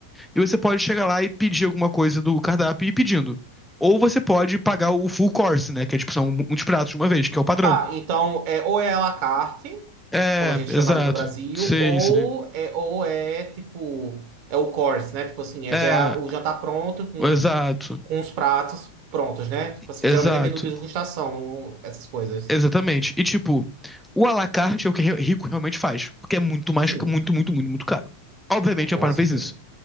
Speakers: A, in the centre; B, on the right.
A: E você pode chegar lá e pedir alguma coisa do cardápio e ir pedindo. Ou você pode pagar o full course, né? Que é tipo, são uns pratos de uma vez, que é o padrão.
B: Tá, então, é, ou é à la carte,
A: É,
B: como a gente
A: exato.
B: chamaria no Brasil,
A: Sim,
B: ou
A: sim.
B: é, ou é tipo, é o course, né? Tipo assim, é
A: É,
B: já o jantar pronto com,
A: exato.
B: com os pratos prontos, né? Tipo assim,
A: Exato.
B: geralmente é menu de degustação, essas coisas.
A: Exatamente. E tipo, o à la carte é o que rico realmente faz. Porque é muito mais,
B: Sim,
A: muito, muito, muito, muito caro. Obviamente,
B: com
A: o pai não
B: certeza.
A: fez isso.